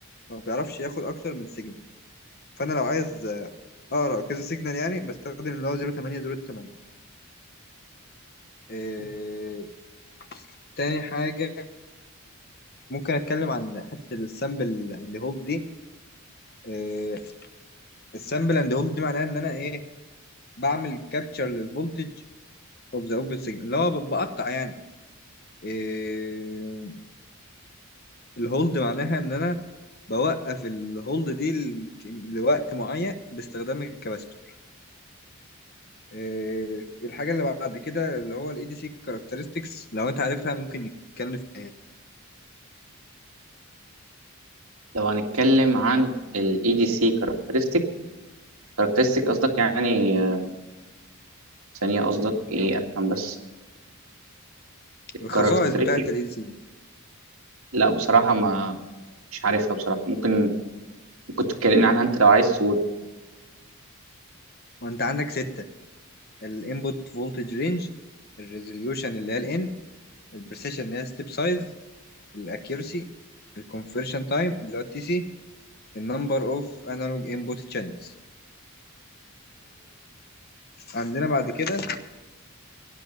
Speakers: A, on the left; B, on the right.
A: ما بيعرفش ياخد اكتر من سيجنال فانا لو عايز اه كذا سيجنال يعني بستخدم اللي هو 08 08 آه تاني حاجة ممكن اتكلم عن حتة السامبل اند هولد دي آه السامبل اند هولد دي معناها ان انا ايه بعمل كابتشر للفولتج اوف ذا اوبن سيجنال اللي هو ب- بقطع يعني آه الهولد معناها ان انا بوقف الهولد دي ل- لوقت معين باستخدام الكباستور آه الحاجة اللي بعد كده اللي هو الاي دي سي كاركترستكس لو انت عارفها ممكن نتكلم في
B: لو هنتكلم عن ال EDC characteristic characteristic قصدك يعني آه، ثانية قصدك ايه افهم بس الكاركترستيك
A: الخصائص بتاعة الاي دي سي
B: لا بصراحة ما مش عارفها بصراحة ممكن ممكن تتكلمني عنها انت لو عايز تقول
A: وانت عندك ستة الانبوت فولتج رينج الريزوليوشن اللي هي الان البريسيشن اللي هي ستيب سايز الاكيورسي الكونفرشن تايم اللي هو التي سي النمبر اوف انالوج انبوت تشانلز عندنا بعد كده